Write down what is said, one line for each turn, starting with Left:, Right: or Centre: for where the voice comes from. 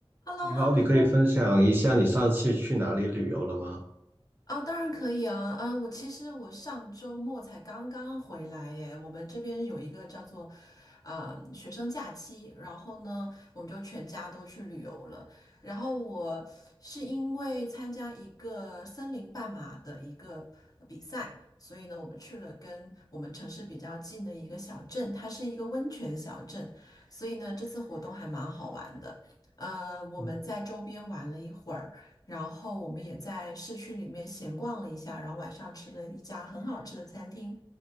Left: h e l l
Right: 你好，
Left: o h e l l
Right: 你可以分享一下你上次去哪里旅游了吗？
Left: o 啊，当然可以啊啊！我其实我上周末才刚刚回来耶，我们这边有一个叫做啊、学生假期，然后呢，我们就全家都去旅游了。然后我是因为参加一个森林半马的一个比赛，所以呢，我们去了跟我们城市比较近的一个小镇，它是一个温泉小镇，所以呢，这次活动还蛮好玩的。呃，我们在周边玩了一会儿。
Right: 嗯
Left: 然后我们也在市区里面闲逛了一下，然后晚上吃了一家很好吃的餐厅，